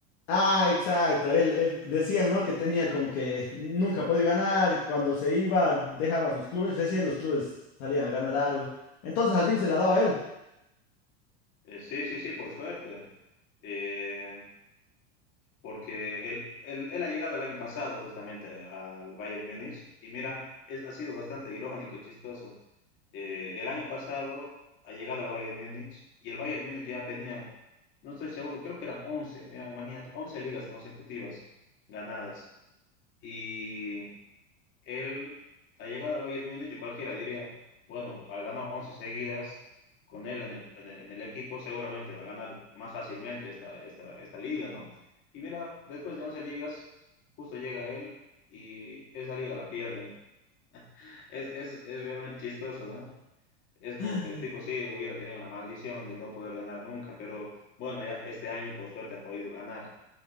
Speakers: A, on the left; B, on the left.
A: Ah, exacto. Él, él decían, ¿no? Que tenía como que nunca podía ganar. Cuando se iba, dejaba sus clubes. Recién los clubes salían a ganar algo. Entonces al fin se la daba a él.
B: Eh, sí, sí, sí, por suerte. Eh, porque él, él, él, ha llegado el año pasado justamente al Bayern Múnich y mira, es, ha sido bastante irónico, chistoso. Eh, el año pasado ha llegado al Bayern Múnich y el Bayern Múnich ya venía, no estoy seguro, creo que eran 11 mira, imagínate, 11 ligas consecutivas ganadas. Y él, ha llegado al Bayern Múnich, y cualquiera diría, bueno, ha ganado 11 seguidas con él en el, en el, en el equipo, seguramente va a ganar más fácilmente esta, esta, esta liga, ¿no? Y mira, después de 11 ligas, justo llega él y esa liga la pierden. Es, es, es realmente chistoso, ¿no? Es como
A: <gasps>
B: que el tipo sí hubiera tenido una maldición de no poder ganar nunca, pero bueno, ya este año por suerte ha podido ganar